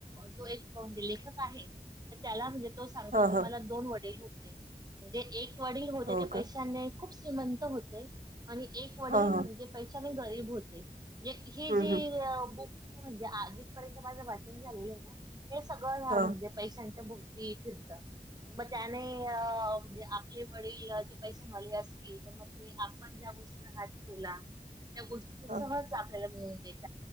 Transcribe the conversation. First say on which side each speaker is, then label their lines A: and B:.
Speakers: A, on the right; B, on the right.
A: जो एक म्हणजे लेखक आहे तर त्याला म्हणजे तो सांगतो
B: हा
A: की,
B: हा
A: मला दोन वडील होते म्हणजे एक वडील होते
B: हो
A: ते पैशाने
B: का
A: खूप श्रीमंत होते आणि एक वडील
B: हा हा
A: म्हणजे पैशाने गरीब होते. हे
B: हम्म,
A: जी
B: हम्म.
A: बुक म्हणजे आ जिथपर्यंत माझं वाचन झालेलं आहे ना हे सगळं ह्या
B: हा
A: म्हणजे पैशांच्या भोवती फिरतं. मग त्याने म्हणजे आपले वडील जे पैशानवाले असतील तर मग ते आपण ज्या गोष्टीवर हात ठेवला, त्या गोष्टी ते सहज
B: हा
A: आपल्याला मिळवून देत.